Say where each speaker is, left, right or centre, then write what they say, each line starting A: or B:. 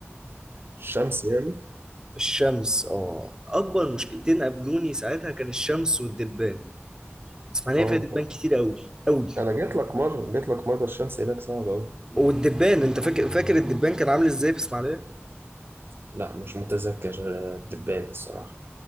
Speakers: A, on the right; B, on the right.
A: الشمس يعني
B: الشمس اه اكبر مشكلتين قابلوني ساعتها كان الشمس والدبان اسماعيليه
A: آه
B: فيها دبان كتير قوي قوي
A: أنا جيت لك مرة جيت لك مرة الشمس هناك صعبة أوي
B: والدبان انت فاكر فاكر الدبان كان عامل ازاي في اسماعيليه
A: لا مش متذكر الدبان الصراحة